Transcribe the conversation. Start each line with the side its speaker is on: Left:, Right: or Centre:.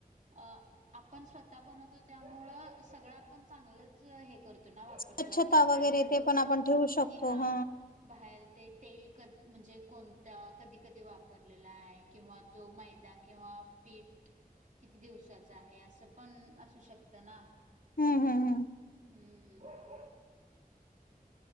Right: अ आपण स्वतः बनवतो त्यामुळं सगळं आपण चांगलंच हे करतो. ना वापरतो
Left: स्वच्छता
Right: आता बाहेरच
Left: वगैरे ते
Right: बघा,
Left: पण आपण ठेवू शकतो
Right: की हा
Left: ह
Right: बाहेर ते तेल क म्हणजे कोणता कधी कधी वापरलेला आहे. किंवा तो मैदा किंवा पीठ. किती दिवसाचं आहे, असं पण असू शकतं ना.
Left: हम् हम् हम
Right: हम्म..